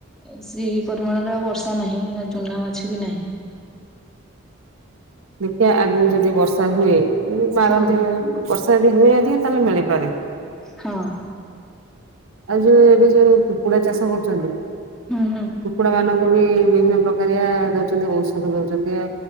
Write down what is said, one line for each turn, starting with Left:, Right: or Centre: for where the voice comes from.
Centre: ଏ ସେ ପରିମାଣରେ ଆଉ ବର୍ଷା ନାହିଁ ଆଉ ଚୁନା ମାଛ ବି ନାହିଁ।
Right: ଦେଖିଆ ଆଗକୁ ଯଦି ବର୍ଷା ହୁଏ ମାରନ୍ତି
Centre: ହଁ
Right: ବର୍ଷା ଯଦି ହୁଏ ଅଧିକା ତାହେଲେ ମିଳିପାରେ।
Centre: ହଁ।
Right: ଆଉ ଯୋଉ ଏବେ ଯୋଉ କୁକୁଡା ଚାଷ କରୁଛନ୍ତି।
Centre: ହୁଁ ହୁଁ।
Right: କୁକୁଡା ମାନଙ୍କୁ ବି ବିଭିନ୍ନ ପ୍ରକାରଆ ଦଉଛନ୍ତି ଔଷଧ ଦଉଛନ୍ତି ଆ